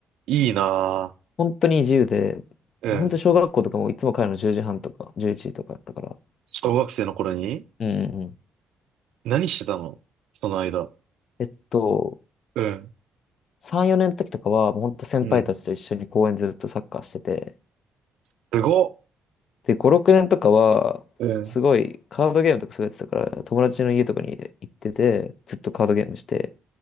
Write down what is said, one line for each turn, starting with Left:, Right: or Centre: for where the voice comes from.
Right: いいな
Left: 本当に自由で、
Right: ぁ。うん。
Left: 本当小学校とかもいつも帰るの10時半とか、11時とかだったから。
Right: 小学生の頃に
Left: うんうんうん。
Right: 何してたのその間。
Left: えっと、
Right: うん。
Left: 3、4年の時とかは、もう本当先輩たちと一緒に公園ずっとサッカーしてて、
Right: うん。すごっ。
Left: で、5、6年とかは、
Right: うん。
Left: すごいカードゲームとかすごいやってたから、友達の家とかに行ってて、ずっとカードゲームして、